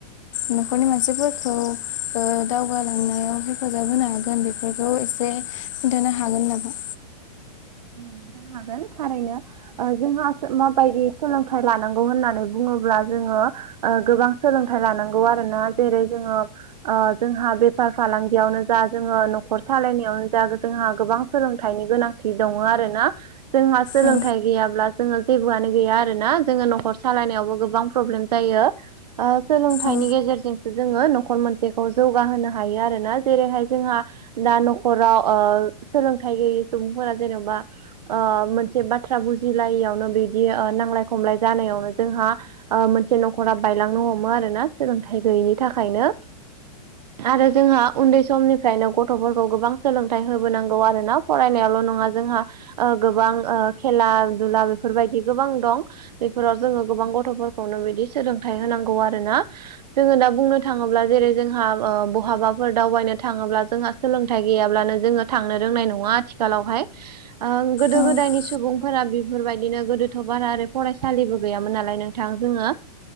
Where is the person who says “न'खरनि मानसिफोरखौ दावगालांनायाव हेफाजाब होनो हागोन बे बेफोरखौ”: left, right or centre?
Left